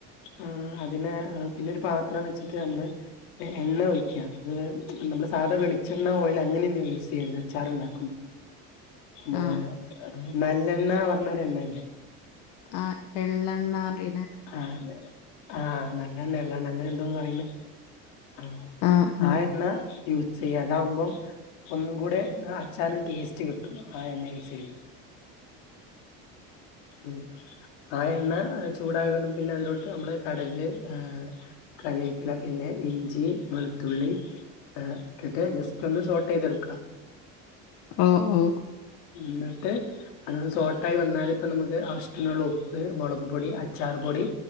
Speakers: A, on the left (about 80°); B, on the left (about 65°).
A: ആഹ് അതിനെ അഹ് പിന്നെരു പാത്രം വെച്ചിട്ട് അമ്മള് ഏ എണ്ണ ഒഴിക്കാ. അത് വെ നമ്മള് സാധാ വെളിച്ചെണ്ണ, ഓയല് അങ്ങനെന്നും യൂസെയ്യണ്ട അച്ചാറ് ണ്ടാക്കുമ്പൊ മ്മളേ
B: ആഹ്
A: നല്ലെണ്ണ പർഞ്ഞൊരെണ്ണല്ലെ
B: ആഹ് എള്ളെണ്ണാറിണെ
A: അതെ ആഹ് നല്ലെണ്ണ, എള്ളെണ്ണ അങ്ങനെന്തോന്ന് പറിണെ ആഹ്
B: ആഹ്
A: ആ
B: ആഹ്
A: എണ്ണ യൂ സ്സെയ്യാ അതാവുമ്പം ഒന്നും കൂടെ ആഹ് അച്ചാർന് ടേസ്റ്റ് കിട്ടും. ആ എണ്ണ യൂസെയ്യ്മ്പം. ഉം ആ എണ്ണ ചൂടായി വന്ന് പിന്നെ അതിലോട്ട് അമ്മള് കട്ക് ഏഹ് കരിയേപ്പില പിന്നെ ഇഞ്ചി, വെള് ത്തുള്ളി ഏഹ് ട്ട്ട്ട് ജസ്റ്റോന്ന് സോൾട്ടൈത്‌ട്ക്കാ.
B: ഓഹ് ഓഹ്
A: ന്ന്ട്ട് അതൊന്ന് സോൾട്ടായി വന്നാല്. പ്പം നമുക്ക് ആവശ്യത്തിനുള്ള ഉപ്പ്, മൊളക് പൊടി, അച്ചാറ്പൊടി